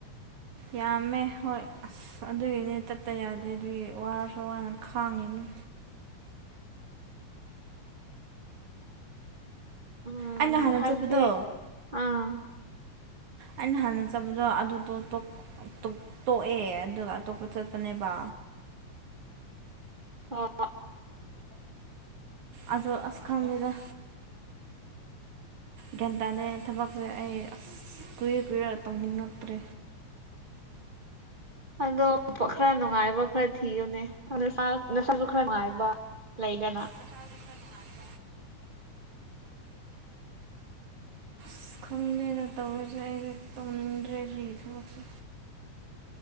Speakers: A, on the right (about 70°); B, on the right (about 35°).
A: ꯌꯥꯝꯃꯦ ꯍꯣꯏ ꯑꯁ ꯑꯗꯨꯒꯤꯅꯦ ꯆꯠꯇ ꯌꯥꯗꯦ ꯑꯗꯨꯒꯤ ꯋꯥꯔꯁꯨ ꯋꯥꯅ ꯈꯥꯡꯉꯤꯅꯤ
B: ꯎꯝ
A: ꯑꯩꯅ ꯍꯥꯟꯅ
B: ꯍꯥꯏꯕꯗꯤ
A: ꯆꯠꯄꯗꯣ
B: ꯑꯥ
A: ꯑꯩꯅ ꯍꯥꯟꯅ ꯆꯠꯄꯗꯣ ꯑꯗꯨꯗꯣ ꯇꯣꯛ ꯇꯣꯛ ꯇꯣꯛꯑꯦ ꯑꯗꯨꯒ ꯑꯇꯣꯞꯄ ꯆꯠꯄꯅꯦꯕ
B: <unintelligible>
A: ꯑꯗꯣ ꯑꯁ ꯈꯪꯗꯦꯗ ꯒ꯭ꯌꯥꯟ ꯇꯥꯗꯦ ꯊꯕꯛꯁꯦ ꯑꯩ ꯑꯁ ꯀꯨꯏꯌꯡꯔ ꯀꯨꯏꯔ ꯇꯧꯅꯤꯡꯉꯛꯇ꯭ꯔꯦ
B: ꯑꯗꯣ ꯈꯔ ꯅꯨꯡꯉꯥꯏꯕ ꯈꯔ ꯊꯤꯌꯨꯅꯦ ꯑ ꯅꯁꯥꯁꯨ ꯈꯔ ꯅꯨꯡꯉꯥꯏꯕ ꯂꯩꯗꯅ
A: ꯅꯁꯥꯁꯨ ꯈꯔ ꯅꯨꯡꯉꯥꯏꯕ ꯑꯁ ꯈꯪꯗꯦꯅ ꯇꯧꯔꯤꯁꯦ ꯑꯩꯁꯦ ꯇꯧꯅꯤꯡꯗ꯭ꯔꯦ ꯁꯤꯒꯤ ꯊꯕꯛꯁꯦ